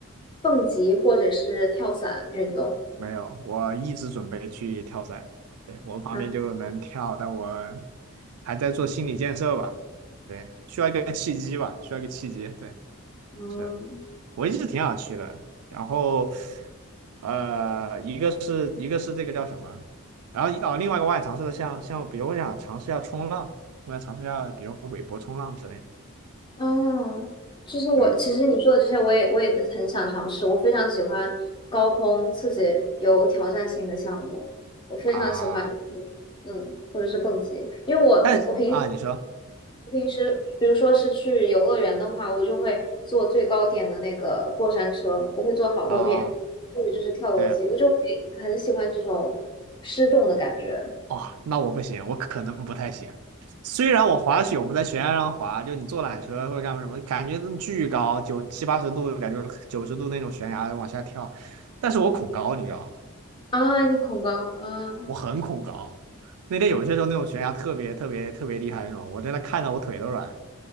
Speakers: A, on the left (about 20°); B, on the right (about 85°).
A: 蹦极或者是跳伞运动？
B: 没有？我一直准备去跳伞，对，我们旁边就能跳，
A: 啊，
B: 但我还在做心理建设吧。对，需要一个契机吧，需要一个契机。对，
A: 嗯。
B: 是我一直挺想去的。然后，呃，一个是一个是这个叫什么？然后哦，另外一个我想尝试的像像，比如我想尝试一下冲浪，我想尝试一下，比如韦伯冲浪之类的。
A: 哦，就是我，
B: 对
A: 其实你说的这些，我也我也很想尝试。我非常喜欢高空刺激、有挑战性的项目，我非常喜欢，
B: 啊，
A: 嗯，或者是蹦极。因为我我平
B: 但是啊，你说。
A: 平时，比如说是去游乐园的话，我就会坐最高点的那个过山车，我会坐好多遍，
B: 啊，
A: 或者就是跳楼机，
B: 对，
A: 我就会很喜欢这种失重的感觉。
B: 哦，那我不行，我可能不太行。虽然我滑雪，我们在悬崖上滑，就你坐缆车或者干嘛什么，感觉都巨高，九七八十度，感觉九十度那种悬崖往下跳，但是我恐高，
A: 嗯
B: 你知道吧？
A: 啊，
B: 对，
A: 你恐高啊，
B: 我很恐高。那天有些时候那种悬崖特别特别特别厉害那种，我真的看到我腿都软，